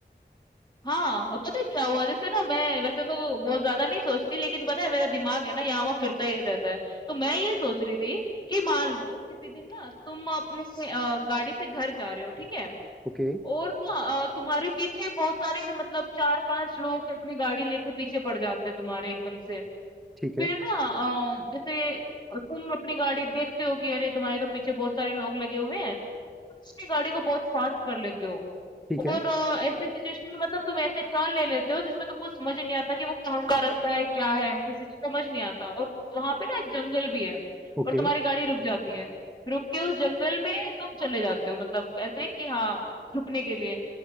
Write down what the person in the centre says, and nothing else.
ओके
ठीक
है
ठीक है
ओके